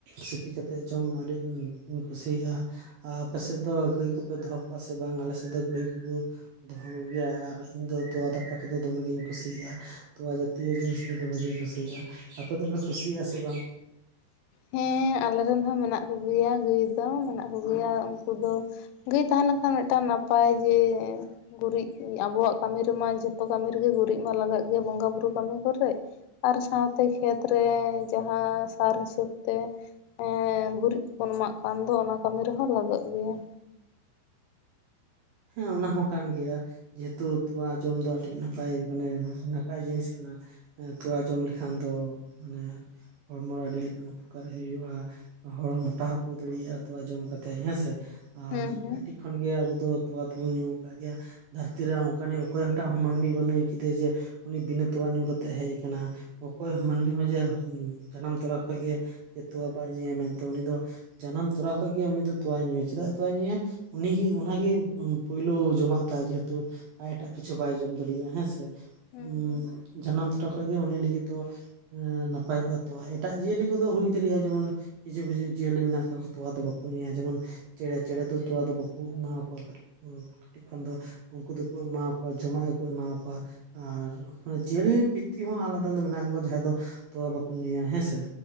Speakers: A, on the right (about 75°); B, on the left (about 85°).
A: ᱥᱤᱯᱤ ᱠᱟᱛᱮᱫ ᱡᱚᱢ ᱟᱹᱰᱤᱧ ᱠᱩᱥᱤᱭᱟᱜᱼᱟ᱾ ᱟᱯᱮ ᱥᱮᱫ ᱫᱚ ᱜᱟᱹᱭ ᱠᱚᱯᱮ ᱫᱚᱦᱚ ᱠᱚᱣᱟ ᱥᱮ ᱵᱟᱝ ᱟᱞᱮ ᱥᱮᱫ ᱫᱚ ᱜᱟᱹᱭ ᱠᱚᱠᱩ ᱫᱚᱦᱚ ᱠᱚᱜᱮᱭᱟ ᱟᱨ ᱤᱧ ᱫᱚ ᱛᱚᱣᱟ ᱫᱟᱠᱟ ᱠᱚᱫᱚ ᱫᱚᱢᱮᱜᱤᱧ ᱠᱩᱥᱤᱭᱟᱜᱼᱟ ᱛᱚᱣᱟ ᱡᱚ ᱟᱹᱴᱤᱭᱟᱹ ᱡᱤᱱᱤᱥ ᱫᱚᱢᱮᱜᱮᱧ ᱠᱩᱥᱤᱭᱟᱜᱼᱟ ᱟᱯᱮ ᱫᱚᱯᱮ ᱠᱩᱥᱤᱭᱟᱜᱼᱟ ᱥᱮ ᱵᱟᱝ
B: ᱦᱮᱸ ᱟᱞᱮ ᱨᱮᱱ ᱦᱚᱸ ᱢᱮᱱᱟᱜ ᱠᱚᱜᱮᱭᱟ ᱜᱟᱹᱭ ᱫᱚ ᱢᱮᱱᱟᱜ ᱠᱚᱜᱮᱭᱟ ᱩᱱᱠᱩ ᱫᱚ ᱜᱟᱹᱭ ᱛᱟᱦᱮᱸ ᱞᱮᱱᱠᱷᱟᱱ ᱢᱤᱫᱴᱟᱝ ᱱᱟᱯᱟᱭ ᱡᱮ ᱜᱩᱨᱤᱡ ᱟᱵᱚᱣᱟᱜ ᱠᱟᱹᱢᱤ ᱨᱮᱢᱟ ᱡᱷᱚᱛᱚ ᱠᱟᱹᱢᱤ ᱨᱮᱜᱤ ᱜᱩᱨᱤᱡ ᱢᱟ ᱞᱟᱜᱟᱜ ᱜᱮᱭᱟ ᱵᱚᱸᱜᱟ ᱵᱩᱨᱩ ᱠᱟᱹᱢᱤ ᱠᱚᱨᱮᱜ ᱟᱨ ᱥᱟᱶᱛᱮ ᱠᱷᱮᱛ ᱨᱮ ᱡᱟᱸᱦᱟ ᱥᱟᱨ ᱦᱤᱥᱟᱹᱵᱽ ᱛᱮ ᱮᱸ ᱜᱩᱨᱤᱡ ᱠᱚᱵᱚᱱ ᱮᱢᱟᱜ ᱠᱟᱱ ᱫᱚ ᱚᱱᱟ ᱠᱟᱹᱢᱤ ᱨᱮᱦᱚᱸ ᱞᱟᱜᱟᱜ ᱜᱤᱭᱟ᱾
A: ᱦᱮᱸ ᱚᱱᱟ ᱦᱚᱸ ᱠᱟᱱ ᱜᱮᱭᱟ᱾ ᱡᱮᱦᱩᱛᱩ ᱛᱚᱣᱟ ᱡᱚᱢ ᱫᱚ ᱟᱹᱰᱤ ᱱᱟᱯᱟᱭ ᱢᱟᱱᱮ ᱱᱟᱯᱟᱭ ᱡᱤᱱᱤᱥ ᱠᱟᱱᱟ᱾ ᱮᱸ ᱛᱚᱣᱟ ᱡᱚᱢ ᱞᱮᱠᱷᱟᱱ ᱫᱚ ᱢᱟᱱᱮ ᱦᱚᱲᱢᱚ ᱨᱮ ᱟᱹᱰᱤ ᱞᱮᱠᱟᱱ ᱩᱯᱚᱠᱟᱨ ᱦᱩᱭᱩᱜᱼᱟ᱾ ᱦᱚᱲ ᱢᱚᱴᱟ ᱦᱚᱠᱚ ᱫᱟᱲᱤᱭᱟᱜᱼᱟ ᱛᱚᱣᱟ ᱡᱚᱢ ᱠᱟᱛᱮ ᱦᱮᱸᱥᱮ ᱟᱨ
B: ᱦᱮᱸ ᱦᱮᱸ
A: ᱠᱟᱹᱴᱤᱡ ᱠᱷᱚᱱᱜᱮ ᱟᱵᱩ ᱫᱚ‍ ᱛᱚᱣᱟ ᱫᱚᱵᱚᱱ ᱧᱩ ᱟᱠᱟᱫ ᱜᱮᱭᱟ ᱫᱷᱟᱹᱨᱛᱤ ᱨᱮ ᱚᱱᱠᱟᱱᱤ ᱚᱠᱚᱭ ᱦᱚᱴᱟᱜ ᱦᱚᱸ ᱢᱟᱹᱱᱢᱤ ᱵᱟᱹᱱᱩᱭ ᱠᱟᱫᱮᱭᱟ ᱡᱮ ᱩᱱᱤ ᱵᱤᱱᱟᱹ ᱛᱚᱣᱟ ᱧᱩ ᱠᱟᱛᱮ ᱦᱮᱡ ᱟᱠᱟᱱᱟ ᱚᱠᱚᱭ ᱢᱟᱹᱱᱢᱤ ᱦᱚᱸ ᱡᱮ ᱡᱟᱱᱟᱢ ᱛᱚᱨᱟ ᱠᱷᱚᱱ ᱜᱮ ᱡᱮ ᱛᱚᱣᱟ ᱵᱟᱭ ᱧᱩᱭᱟ ᱢᱮᱱᱛᱮ ᱩᱱᱤ ᱫᱚ ᱡᱟᱱᱟᱢ ᱛᱚᱨᱟ ᱠᱷᱚᱡ ᱜᱮ ᱩᱱᱤ ᱫᱚ ᱛᱚᱣᱟᱭ ᱧᱩᱭᱟ ᱪᱮᱫᱟᱜ ᱛᱚᱣᱟᱭ ᱧᱩᱭᱟ ᱩᱱᱤ ᱜᱮ ᱚᱱᱟ ᱜᱮ ᱯᱩᱭᱞᱩ ᱡᱚᱢᱟᱜ ᱛᱟᱭ ᱡᱮᱦᱩᱛᱩ ᱟᱭ ᱮᱴᱟᱜ ᱠᱤᱪᱷᱩ ᱵᱟᱭ ᱡᱚᱢ ᱫᱟᱲᱮᱭᱟᱜᱼᱟ ᱦᱮᱸᱥᱮ
B: ᱦᱮᱸ
A: ᱩᱸ
B: ᱦᱮᱸ
A: ᱡᱟᱱᱟᱢ ᱛᱚᱨᱟ ᱠᱷᱚᱡ ᱜᱮ ᱩᱱᱤ ᱞᱟᱹᱜᱤᱫ ᱫᱚ ᱮᱸ ᱱᱟᱯᱟᱭᱚᱜᱼᱟ ᱛᱚᱣᱟ ᱮᱴᱟᱜ ᱡᱤᱭᱟᱹᱞᱤ ᱠᱚᱫᱚ ᱦᱩᱭ ᱫᱟᱲᱮᱭᱟᱜᱼᱟ ᱡᱮᱢᱚᱱ ᱠᱤᱪᱷᱩ ᱠᱤᱪᱷᱩ ᱡᱤᱭᱟᱹᱞᱤ ᱢᱮᱱᱟᱜ ᱠᱟᱜ ᱠᱚᱣᱟ ᱛᱚᱣᱟ ᱫᱚ ᱵᱟᱠᱚ ᱧᱩᱭᱟ ᱡᱮᱢᱚᱱ ᱪᱮᱬᱮ ᱪᱮᱬᱮ ᱫᱚ ᱛᱚᱣᱟ ᱫᱚ ᱵᱟᱠᱚ ᱮᱢᱟᱣ ᱠᱚᱣᱟ ᱠᱴᱤ ᱠᱟᱹᱴᱤᱡ ᱠᱷᱚᱱ ᱫᱚ ᱩᱱᱠᱩ ᱫᱚᱠᱚ ᱮᱢᱟᱠᱚᱣᱟ ᱡᱚᱢᱟᱜ ᱜᱮᱠᱚ ᱮᱢᱟᱠᱚᱣᱟ ᱟᱨ ᱡᱤᱭᱟᱹᱞᱤ ᱯᱤᱛᱤ ᱦᱚᱸ ᱟᱞᱟᱫᱟ ᱟᱞᱟᱫᱟ ᱢᱮᱱᱟᱜ ᱠᱚᱣᱟ ᱡᱟᱦᱟᱸᱭ ᱫᱚ ᱛᱚᱣᱟ ᱵᱟᱠᱚ ᱧᱩᱭᱟ ᱦᱮᱸᱥᱮ᱾